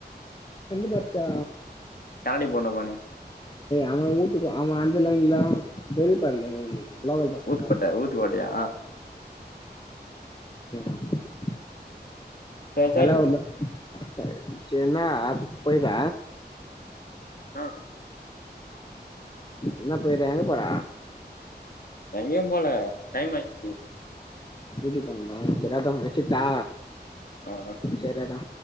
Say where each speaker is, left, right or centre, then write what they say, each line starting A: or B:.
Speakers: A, on the left; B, on the left.
A: கண்டு பார்த்தா
B: கரடி போன பாணி
A: அவ ஊட்டுக்கு அவ அந்த லைன்ல தெயி பண்ல லோகள் ஃபஸ்ட்டு
B: ஊத்துக்கோட்ட ஊத்துக்கோட்டையா
A: <unintelligible>
B: சரி
A: நல்லா
B: சரி
A: வர்ல சரி சேரினா அப்பறோ
B: ஆ
A: என்னா பொயிட்டே எங்க போற
B: எங்கயு போல டைம் ஆய்ட்ச்சி
A: வீட்டுக்கு போனுமா செரியாட்டோ வெச்சிர்ட்டா
B: ஆ ஆ
A: சேரியாடா